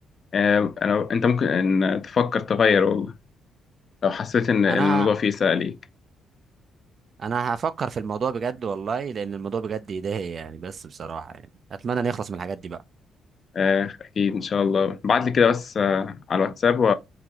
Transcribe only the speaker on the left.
آه، انا انت ممكن ان تفكر تغير والله لو حسيت ان الموضوع
فيه سهل
آه، أكيد إن شاء الله ابعت لي كده بس آه، على الواتساب و...